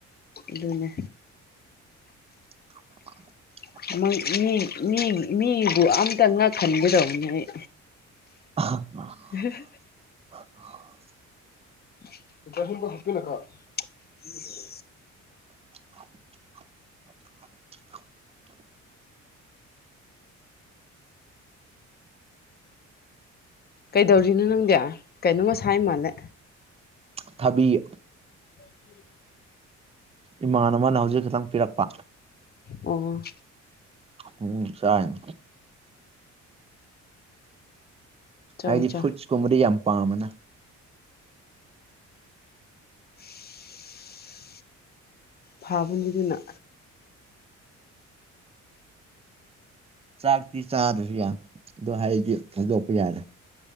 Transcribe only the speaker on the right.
<inaudible>
<unintelligible>
<inaudible>
<inaudible>
ꯊꯕꯤ
ꯏꯃꯥꯟ ꯑꯃꯅ ꯍꯧꯖꯤꯛ ꯈꯤꯛꯇꯪ ꯄꯤꯔꯛꯄ
ꯎꯝ ꯆꯥꯏꯅꯦ
ꯑꯩꯗꯤ
ꯐ꯭ꯔꯨꯏꯠꯁꯀꯨꯝꯕꯗꯤ ꯌꯥꯝ ꯄꯥꯝꯕꯅꯦ
ꯆꯥꯛꯇꯤ ꯆꯥꯗ꯭ꯔꯁꯨ ꯌꯥꯏ ꯑꯗꯣ ꯍꯩꯗꯤ ꯊꯥꯗꯣꯛꯄ ꯌꯥꯗꯦ